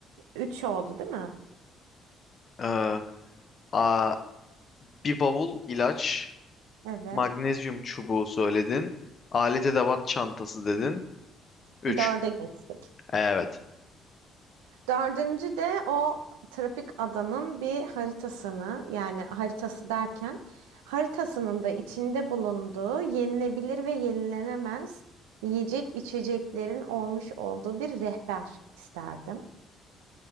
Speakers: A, on the right (about 75°); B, on the left (about 45°).
A: üç oldu değil mi?
B: Ee, a, bir bavul ilaç.
A: Evet.
B: Magnezyum çubuğu söyledin. Alet edevat çantası dedin. 3.
A: Dörde geçtik.
B: Evet.
A: Dördüncü de o trafik adanın bir haritasını yani haritası derken haritasının da içinde bulunduğu yenilebilir ve yenilenemez yiyecek içeceklerin olmuş olduğu bir rehber isterdim.